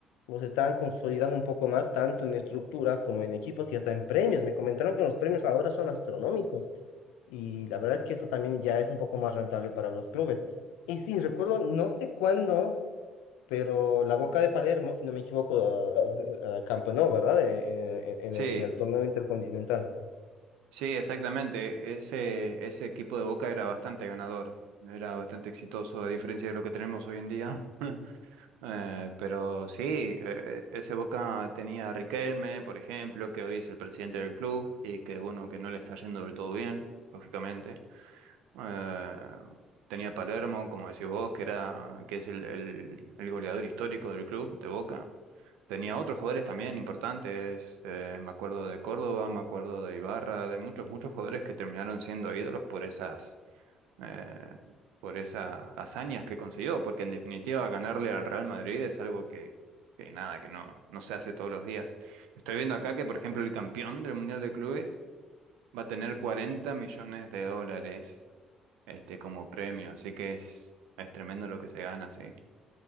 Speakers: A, on the left; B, on the right.
A: los están consolidando un poco más, tanto en estructura como en equipos y hasta en premios. Me comentaron que los premios ahora son astronómicos. Y la verdad que eso también ya es un poco más rentable para los clubes. Y sí, recuerdo, no sé cuándo, pero la Boca de Palermo, si no me equivoco, ah, ah, campeonó, ¿verdad? Eh, eh, En,
B: Sí,
A: en el torneo intercontinental.
B: sí, exactamente. E-, Ese, ese equipo de Boca era bastante ganador, era bastante exitoso, a diferencia de lo que tenemos hoy en día. Eh, pero sí, eh, e, ese Boca tenía a Riquelme, por ejemplo, que hoy es el presidente del club y que bueno, que no le está yendo del todo bien, lógicamente. Eh, tenía a Palermo, como decís vos, que era, que es el, el- el goleador histórico del club de Boca. Tenía otros jugadores también importantes, eh, me acuerdo de Córdoba, me acuerdo de Ibarra, de muchos, muchos jugadores que terminaron siendo ídolos por esas eh, por esas hazañas que consiguió, porque en definitiva ganarle al Real Madrid es algo que, que nada, que no, no se hace todos los días. Estoy viendo acá que, por ejemplo, el campeón del Mundial de Clubes va a tener 40 millones de dólares este, como premio, así que es, es tremendo lo que se gana, sí.